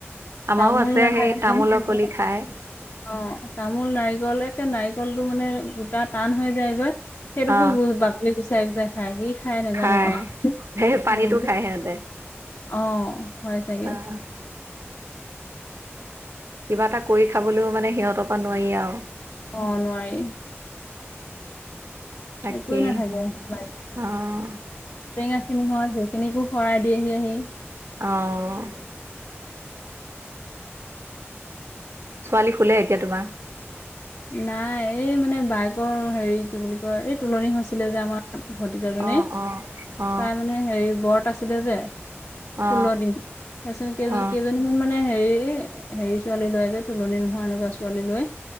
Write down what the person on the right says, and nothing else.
আমাৰো
আছে
সেই তামোলৰ
কলি খায়
অ
খায়
সেই পানীটো
খায় সিহঁতে
অ কিবা এটা কৰি খাবলৈও মানে সিহঁতৰ পৰা নোৱাৰি আৰু।
তাকেই।
অ'।
অ'। ছোৱালী শুলে এতিয়া তোমাৰ?
অ অ অ
অ
অ অ